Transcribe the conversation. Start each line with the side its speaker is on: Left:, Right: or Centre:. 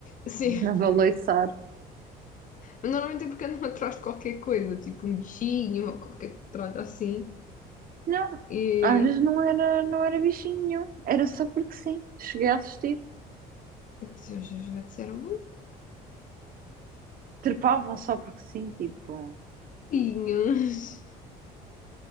Left: Sim,
Right: na baleiçar.
Left: Mas normalmente é porque andam <laughs> atrás de qualquer coisa, tipo um bichinho ou qualquer tralha assim.
Right: Não,
Left: E
Right: às vezes não era, não era bichinho nenhum, era só porque sim. Cheguei a assistir,
Left: se os meus gatos eram
Right: trepavam só porque sim, tipo,
Left: bonitinhos. <laughs>